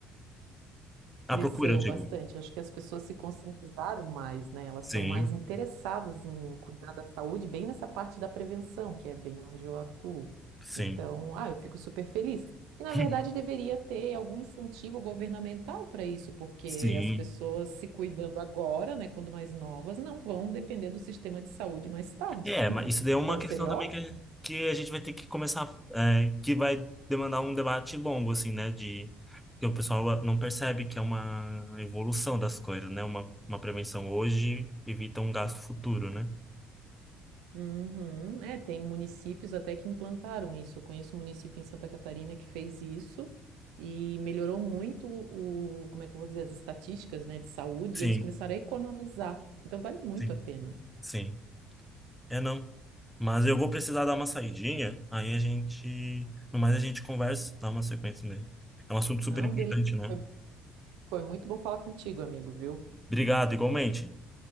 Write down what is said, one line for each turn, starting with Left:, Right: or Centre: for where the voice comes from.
Centre: A
Right: Cresceu
Centre: procura, eu digo.
Right: bastante. Acho que as pessoas se conscientizaram mais, né? Elas
Centre: Sim,
Right: estão mais interessadas em cuidar da saúde, bem nessa parte da prevenção, que é bem onde eu atuo.
Centre: sim,
Right: Então, ah, eu fico super feliz. E, na
Centre: <laughs>
Right: verdade, deveria ter algum incentivo governamental para isso, porque
Centre: sim.
Right: as pessoas se cuidando agora, né, quando mais novas, não vão depender do sistema de saúde mais tarde.
Centre: É,
Right: <laughs>
Centre: mas isso daí é uma
Right: Então,
Centre: questão
Right: seria
Centre: também
Right: ótimo.
Centre: que, que a gente vai ter que começar, é, que vai demandar um debate longo, assim, né? De, que o pessoal não percebe que é uma evolução das coisas, né? Uma, uma prevenção hoje evita um gasto futuro, né?
Right: Uhum. É, tem municípios até que implantaram isso. Eu conheço um município em Santa Catarina que fez isso e melhorou muito o, como é que eu vou dizer, as estatísticas, né, de saúde,
Centre: Sim,
Right: e eles começaram a economizar. Então vale muito
Centre: sim,
Right: a pena.
Centre: sim. É não. Mas eu vou precisar dar uma saidinha, aí a gente, no mais a gente conversa, dá uma sequência nele. É um assunto super
Right: Não,
Centre: importante,
Right: beleza.
Centre: né?
Right: Foi, foi muito bom falar contigo, amigo, viu?
Centre: Obrigado, igualmente.